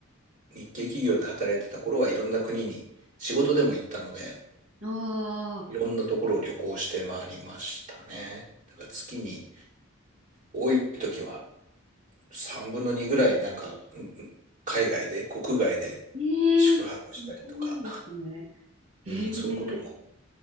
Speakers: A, on the right (about 40°); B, on the right (about 80°).
A: 日系企業で働いてた頃はいろんな国に仕事でも行ったので、
B: うん。ああ。
A: いろんなところを旅行して回りましたね。だから月に多い時は3分の2ぐらいなんか、うんうん海外で、国外で
B: ええす
A: 宿泊したりとか、
B: ごいですね。
A: うん、
B: ええ
A: そういうことも